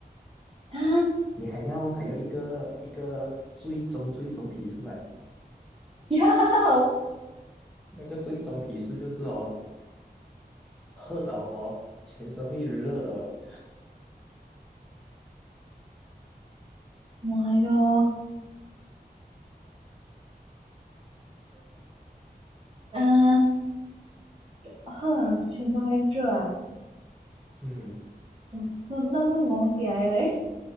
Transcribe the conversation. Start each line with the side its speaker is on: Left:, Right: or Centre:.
Right: 啊，
Centre: 你还要还要一个一个最终最终提示嘛？
Right: 要
Centre: 那个最终提示就是哦，喝了哦，全身会热啊。
Right: 什么来着？嗯、啊，呵全身会热啊，
Centre: 嗯，
Right: 我真的不知道这个什么东西来的嘞